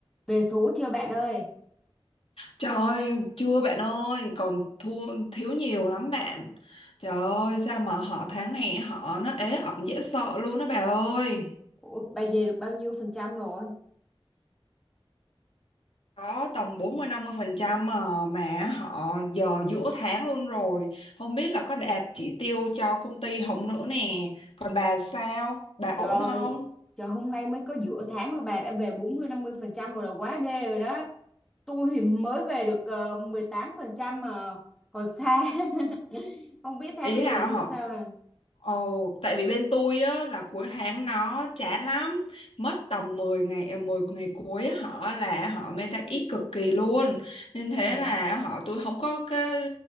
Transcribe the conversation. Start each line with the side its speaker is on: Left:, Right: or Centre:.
Centre: Về số chưa bạn ơi?
Left: Trời ơi, chưa bạn ơi, còn thua thiếu nhiều lắm bạn. Trời ơi, sao mà họ tháng này họ nó ế ẩm dễ sợ luôn đó bà ơi.
Centre: Ủa, bà về được bao nhiêu phần trăm rồi?
Left: Có tầm bốn mươi mươi năm phần trăm mà mà họ giờ giữa tháng luôn rồi. Không biết là có đạt chỉ tiêu cho công ty không nữa nè. Còn bà sao? Bà
Centre: Trời
Left: ổn không?
Centre: trời hôm nay mới có giữa tháng mà bà đã về bốn mươi năm mươi phần trăm rồi là quá ghê rồi đó. Tôi thì mới về được uh, 18 phần trăm mà còn xa. <laughs> Không biết tháng
Left: ý
Centre: này
Left: là
Centre: về số
Left: họ
Centre: sao nè.
Left: Ồ, tại vì bên tôi á là cuối tháng nó chán lắm, mất tầm mười ngày ờ, 10 ngày cuối á, họ là họ meta ít cực kỳ luôn. Nên thế
Centre: Ừ.
Left: là họ tôi không có cái